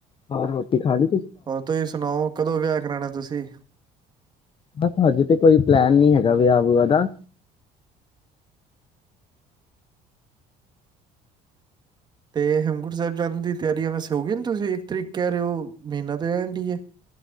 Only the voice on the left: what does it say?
ਹੋਰ ਰੋਟੀ ਖਾ ਲੀ
ਬਸ ਹਜੇ ਤੇ ਕੋਈ ਪਲੈਨ ਨੀ ਹੈਗਾ ਵਿਆਹ ਬੂਆ ਦਾ